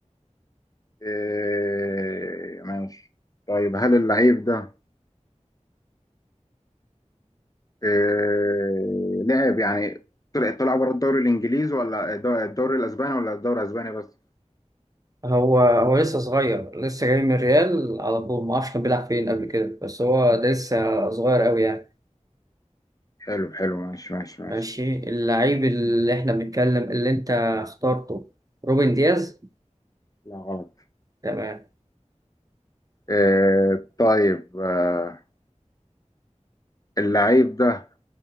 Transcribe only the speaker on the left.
آه، ماشي طيب هل اللعيب ده آه، لعب يعني طلع طلع بره الدوري الانجليزي ولا الدو- الدوري الاسباني ولا الدوري الاسباني بس
حلو حلو ماشي ماشي ماشي
لا غلط
آه، طيب آه، اللعيب ده